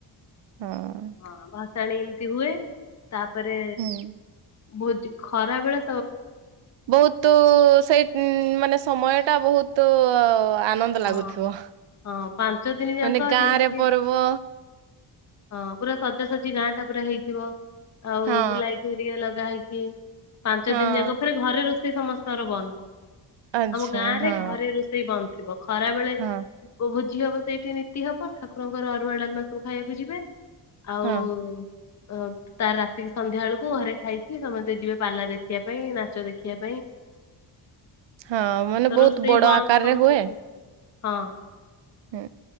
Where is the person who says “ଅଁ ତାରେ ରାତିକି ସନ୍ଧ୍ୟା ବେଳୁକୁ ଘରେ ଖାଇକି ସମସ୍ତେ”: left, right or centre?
Left